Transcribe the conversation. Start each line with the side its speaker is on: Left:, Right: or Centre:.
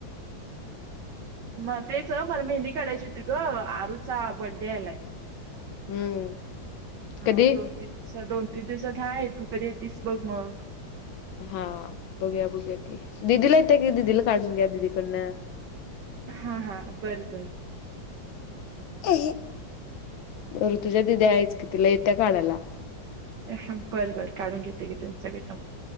Right: मग तेच मला मेहंदी काढायची होती ग आरूचा बड्डे आलाय.
Left: हम्म.
Right: हा
Left: कधी
Right: दोन तीन दिवस दोन तीन दिवसात हाय तू कधी येतीस बघ मग.
Left: हा बघूया बघू की, दिदीला येत्या की दिदीला काढून घ्या दिदीकडनं.
Right: हा हा बर बर.
Left: <unintelligible> ऋतुच्या दिदी आहेच की तिला येत्या काढायला.
Right: हा बरं बर काढून घेते गे त्यांच्याकडन म.